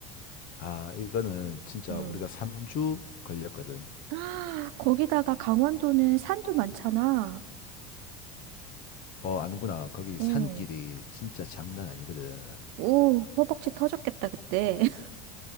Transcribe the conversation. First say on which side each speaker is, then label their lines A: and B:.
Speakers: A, on the left (about 45°); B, on the right (about 60°).
A: 아, 이거는 진짜
B: 응.
A: 우리가 3주 걸렸거든.
B: <gasps> 아, 거기다가 강원도는 산도 많잖아.
A: 어, 아는구나. 거기
B: 어,
A: 산길이 진짜 장난 아니거든.
B: 오, 허벅지 터졌겠다, 그때. <laughs>